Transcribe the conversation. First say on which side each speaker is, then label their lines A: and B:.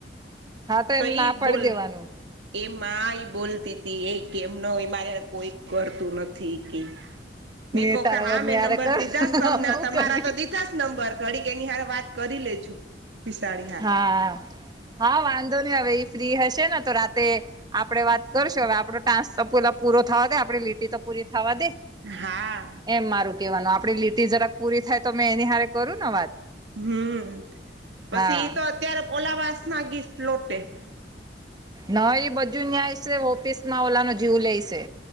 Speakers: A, on the right (about 25°); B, on the right (about 80°).
A: હા તો એને
B: ઈ
A: ના પાડી
B: બોલ,
A: દેવાનું
B: એમા એ બોલતી તી એ કેમ ન મારી હારે કોઈ કરતું નથી, કે મે
A: ને
B: કહ
A: તારા
B: કે હા
A: વર
B: મેં
A: ની હારે
B: નંબર
A: કર
B: દીધા તમને
A: અમે હું
B: તમારા
A: કરવી
B: તો દીધ પાસ નંબર ઘડી કે એની હારે વાત કરી લે જો. પિસાડી
A: હા હા વાંધો નહી, હવે એ ફ્રી હશે ને તો રાતે આપડે વાત કરશો હવે આપડો ટાંસ તો પેલા પૂરો થવા દે આપે લી- તે તો પૂરી થાવા દે
B: હા
A: એમ મારું કેહેવાનું આપડી લીટી જરાક પૂરી થાય, તો મેં એની હારે કરું ને વાત
B: હમ્મ
A: હા
B: પછી તો અત્યારે ઓલાવાસ ના ગી્લોટે-
A: ના એ બધું ન્યાય છે ઓફિસ માં ઓલા ને જોઈ લે છે.